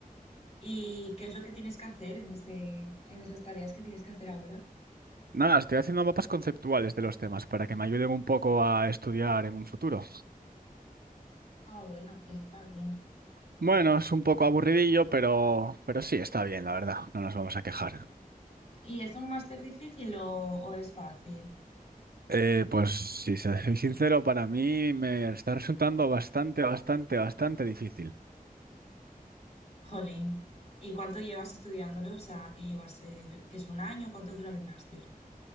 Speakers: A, on the left (about 45°); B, on the right (about 80°).
A: ¿Y qué es lo que tienes que hacer en ese, en esas tareas que tienes que hacer ahora?
B: Nada, estoy haciendo mapas conceptuales de los temas para que me ayuden un poco a estudiar en un futuro.
A: Ah, bueno, eso está bien.
B: Bueno, es un poco aburridillo, pero, pero sí, está bien, la verdad, no nos vamos a quejar.
A: ¿Y es un máster difícil o, o es fácil?
B: Eh, pues si soy <laughs> sincero, para mí me está resultando bastante, bastante, bastante difícil.
A: Jolín. ¿Y cuánto llevas estudiándolo? O sea, ¿qué llevas, eh, que es un año? ¿Cuánto dura el máster?